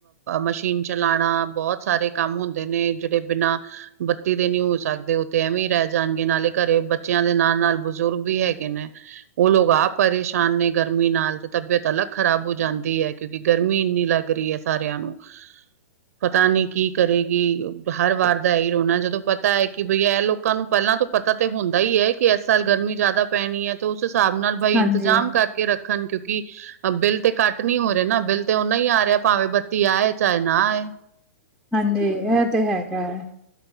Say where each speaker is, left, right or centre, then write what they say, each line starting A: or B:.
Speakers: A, on the right (about 70°); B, in the centre.
A: ਮਸ਼ੀਨ ਚਲਾਣਾ ਬੋਤ ਸਾਰੇ। ਕੰਮ ਹੁੰਦੇ ਨੇ ਜਿਹੜੇ ਬਿਨਾਂ। ਬੱਤੀ ਦੇ ਨੀ ਹੋ ਸਕਦੇ ਉਹ ਤੇ ਐਵੇਂ ਈ ਰਹਿ ਜਾਣਗੇ ਨਾਲੇ ਘਰੇ ਬੱਚਿਆਂ ਦੇ ਨਾਲ ਨਾਲ ਬਜ਼ੁਰਗ ਵੀ ਹੈਗੇ ਨੇ। ਉਹ ਲੋਕ ਆਪ ਪਰੇਸ਼ਾਨ ਨੇ ਗਰਮੀ ਨਾਲ। ਤਬੀਅਤ ਅਲੱਗ ਖ਼ਰਾਬ ਹੋ ਜਾਂਦੀ ਹੈ। ਕਿਉਂਕਿ ਗਰਮੀ ਇੰਨੀ ਲੱਗ ਰਹੀ ਹੈ। ਸਾਰਿਆਂ ਨੂੰ।
B: <inaudible>
A: ਪਤਾ ਨੀ ਕੀ ਕਰੇਗੀ ਹਰ ਵਾਰ ਦਾ ਐਹੀ ਰੋਣਾ ਜਦੋਂ ਪਤਾ ਹੈ ਕਿ ਬਈ ਇਹ ਲੋਕਾਂ ਨੂੰ ਪੈਲਾਂ ਤੋਂ। ਪਤਾ ਤੇ ਹੁੰਦਾ ਹੀ ਹੈ ਕਿ ਇਸ ਸਾਲ ਗਰਮੀ ਜ਼ਿਆਦਾ ਪੈਣੀ ਹੈ। ਤੇ ਉਸ ਹਿਸਾਬ ਨਾਲ ਬਾਈ
B: ਹਾਂਜੀ
A: ਇੰਤਜਾਮ ਕਰਕੇ ਰੱਖਣ ਕਿਉਂਕਿ। ਬਿੱਲ ਤੇ ਕੱਟ ਨੀ ਹੋ ਰਹੇ ਨਾ ਬਿੱਲ ਤੇ ਉਨਾ ਹੀ ਆ ਰਿਹਾ ਭਾਵੇਂ ਬੱਤੀ ਆਏ ਚਾਹੇ ਨਾ ਆਏ।
B: ਹਾਂਜੀ ਇਹ ਤੇ ਹੈਗਾ ਹੈ।